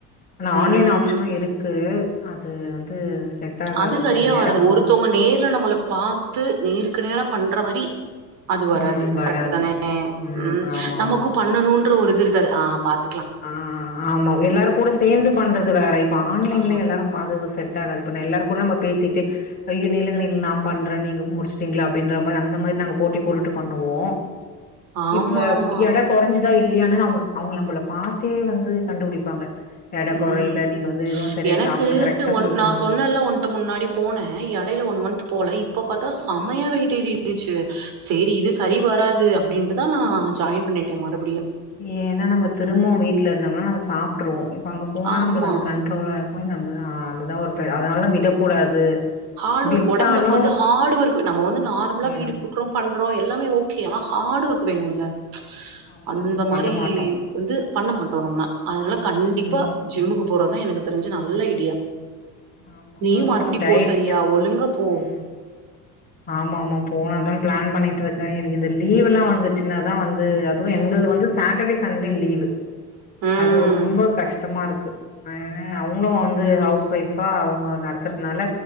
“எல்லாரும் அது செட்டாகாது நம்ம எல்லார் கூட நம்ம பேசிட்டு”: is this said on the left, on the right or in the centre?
Left